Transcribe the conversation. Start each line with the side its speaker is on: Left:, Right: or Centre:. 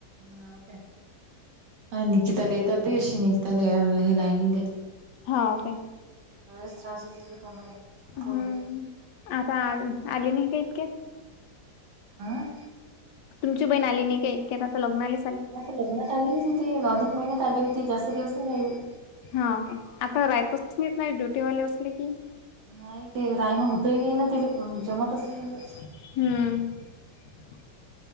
Right: हाव काय, निकिताल येतात बी अशी निकिताल हे लानले
Left: हा ओके.
Right: <inaudible> लयच त्रास होते तोडाले,
Left: हम्म
Right: फोड होते.
Left: आता आ आली नाही का इतक्या?
Right: हम
Left: तुमची बहीण आली नाही का इतक्यात आता लग्ना आले
Right: आता लग्नात आली होती अधिक महिन्यात आली होती जास्त दिवस नाही राहीली.
Left: हा ओके आता रायतच नाहीेत नाही ड्युटीवाले असले की,
Right: नाही ते रायनं होतही नाही ना ते जमतच नाही ते
Left: हम्म <inaudible>